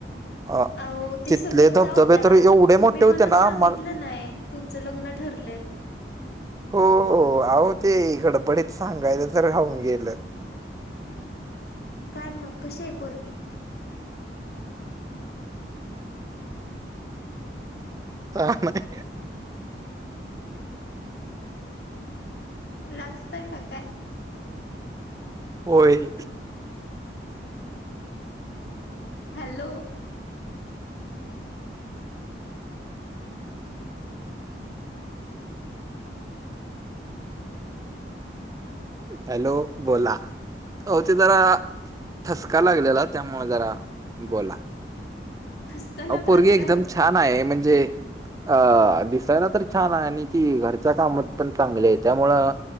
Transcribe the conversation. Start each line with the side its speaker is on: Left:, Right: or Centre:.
Right: अ
Left: अहो
Right: तिथले
Left: सगळं
Right: धबधबे
Left: जाऊ द्या
Right: तर एवढे
Left: तुम्ही
Right: मोठे होते
Left: मला सांगितलं
Right: ना म
Left: नाही तुमच लग्न ठरलय?
Right: हो, हो, आहो ते गडबडीत सांगायच राहुन गेलं.
Left: काय मग कशी आहे पोरगी?
Right: काय माहिती.
Left: लाजताय का काय?
Right: होय
Left: हॅलो ह <inaudible>
Right: हॅलो बोला आवो ते जरा ठसका लागलेला त्यामुळ ते जरा बोला
Left: ठसका लागला
Right: अ पोरगी
Left: का
Right: एकदम
Left: काय?
Right: छान आहे म्हणजे अ दिसायला तर छान आहे आणि ती घरच्या कामात पण चांगले आहे त्यामुळं